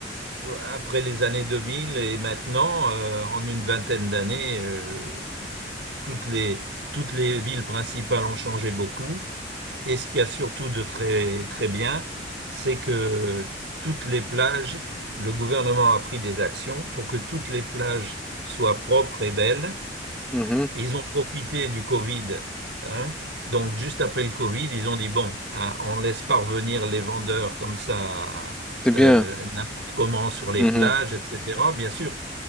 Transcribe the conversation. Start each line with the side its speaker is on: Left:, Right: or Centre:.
Right: après les années 2000 et maintenant, euh, en une vingtaine d'années, euh, toutes les, toutes les villes principales ont changé beaucoup. Et ce qu'il y a surtout de très, très bien, c'est que toutes les plages, le gouvernement a pris des actions pour que toutes les plages soient propres et belles.
Centre: Mhm.
Right: Ils ont profité du Covid, hein. Donc, juste après le Covid, ils ont dit, bon, hein, on ne laisse pas revenir les vendeurs comme ça,
Centre: C'est bien.
Right: euh, n'importe comment sur les
Centre: Mhm.
Right: plages, etc. Bien sûr,